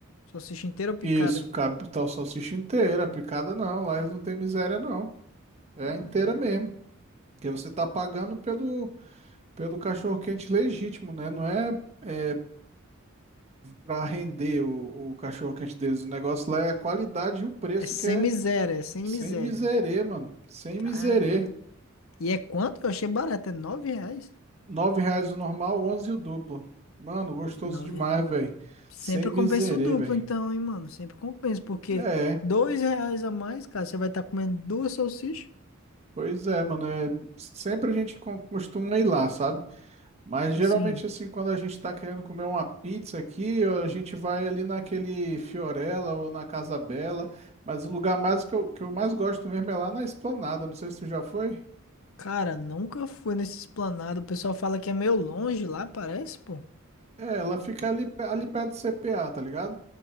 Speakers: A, on the left; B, on the right.
A: Salsicha inteira ou
B: Isso,
A: picada?
B: cabe tal salsicha inteira, picada não. Lá eles não tem miséria, não. É
A: Ah,
B: inteira mesmo. Porque você tá pagando pelo, pelo cachorro quente legítimo, né? Não é, é para render o, o cachorro quente deles. O negócio lá é a qualidade e o preço
A: é sem
B: que é
A: miséria, é sem
B: sem
A: miséria.
B: miserê, mano. Sem
A: Caralho.
B: miserê.
A: E é quanto? Eu achei barato, é nove reais?
B: Nove reais o normal, 11 o duplo. Mano, gostoso
A: Nove.
B: demais, velho.
A: Sempre
B: Sem miserê,
A: compensa o duplo,
B: velho.
A: então, hein, mano? Sempre compensa, porque
B: É.
A: dois reais a mais, cara, você vai estar comendo duas salsichas?
B: Pois é, mano, é- sempre a gente co- costuma ir lá, sabe? Mas geralmente,
A: Sim.
B: assim, quando a gente tá querendo comer uma pizza aqui, a gente vai ali naquele Fiorella ou na Casa Bela, mas o lugar mais que eu, que eu mais gosto mesmo é lá na Esplanada, não sei se tu já foi.
A: Cara, nunca fui nesse esplanado. O pessoal fala que é meio longe lá, parece, pô.
B: É, ela fica ali, pe- ali perto do CPA, tá ligado?